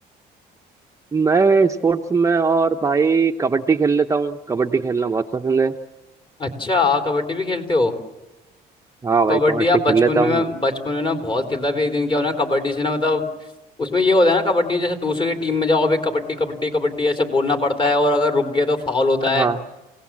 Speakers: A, on the right (about 20°); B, on the left (about 30°).
A: मैं स्पोर्ट्स में और भाई कबड्डी खेल लेता हूँ कबड्डी खेलना बहुत पसंद है
B: अच्छा आप कबड्डी भी खेलते हो
A: हाँ भाई
B: कबड्डी
A: कबड्डी
B: आप बचपन
A: खेल लेता
B: में
A: हूँ
B: मैं बचपन में ना बहुत खेलता था। फिर एक दिन क्या हो ना कबड्डी से ना मतलब उसमें ये होता है ना कबड्डी में जैसे दूसरे की टीम में जाओ अभी कबड्डी कबड्डी कबड्डी ऐसे बोलना पड़ता है और अगर रुक गए तो फाउल होता है
A: हाँ